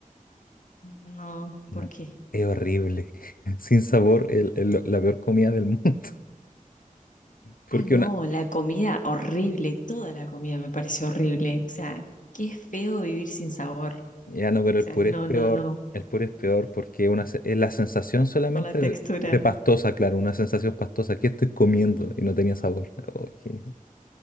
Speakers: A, on the left; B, on the left.
A: No,
B: No,
A: ¿por qué?
B: es horrible. <laughs> Sin sabor, el- el- la peor comida del mundo. <laughs> Porque
A: Ah, no,
B: una...
A: la comida horrible, toda la comida me pareció horrible. O sea, qué feo vivir sin sabor. O
B: Ya no, pero
A: sea,
B: el puré
A: no,
B: es peor.
A: no, no,
B: El puré es peor porque una, se- es la sensación solamente
A: por la textura.
B: de, de pastosa, claro, una sensación pastosa. Aquí estoy comiendo
A: Ujú.
B: y no tenía sabor. Oh, qué-